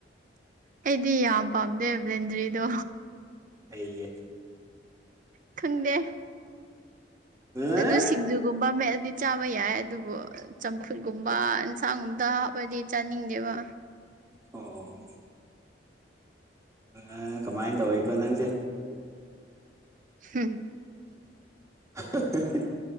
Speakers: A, on the right; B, on the right.
A: ꯑꯩꯗꯤ ꯌꯥꯝ ꯄꯥꯝꯗꯦ ꯕꯦꯟꯗ꯭ꯔꯤꯗꯣ
B: ꯀꯩꯒꯤ
A: ꯈꯪꯗꯦ
B: ꯑꯥ
A: ꯑꯗꯨ ꯁꯤꯡꯖꯨꯒꯨꯝꯕ ꯃꯦꯟꯂꯥꯗꯤ ꯆꯥꯕ ꯌꯥꯏ ꯑꯗꯨꯕꯨ ꯆꯝꯐꯨꯠꯒꯨꯝꯕ ꯌꯦꯟꯁꯥꯡꯒꯨꯝꯝꯇ ꯍꯥꯞꯄꯗꯤ ꯆꯥꯅꯤꯡꯗꯦꯕ
B: ꯑꯣ ꯑ ꯀꯃꯥꯏ ꯇꯧꯏꯀꯣ ꯅꯪꯁꯦ
A: <unintelligible>
B: <unintelligible>